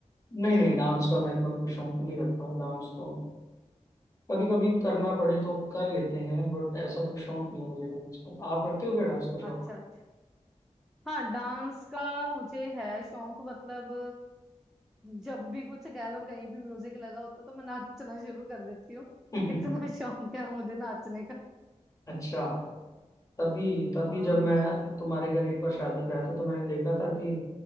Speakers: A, on the left; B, in the centre.
A: नहीं नहीं डांस का मैं इतना कुछ शौक नहीं रखता हूँ डांस तो कभी कभी करना पड़े तो कर लेते हैं बट ऐसा कुछ शौक नहीं है मुझे डांस का आप रखते हो क्या डांस का शौक
B: अच्छा अच्छा हाँ डांस का मुझे है शौक मतलब जब भी कुछ कह लो कहीं भी म्यूजिक लगा होता तो मैं नाचना शुरू कर देती हूँ
A: <laughs>
B: इतना <laughs> शौक है मुझे नाचने का
A: अच्छा तभी तभी
B: हाँ
A: जब मैं तुम्हारे घर एक बार शादी पे आया था तो मैंने देखा था कि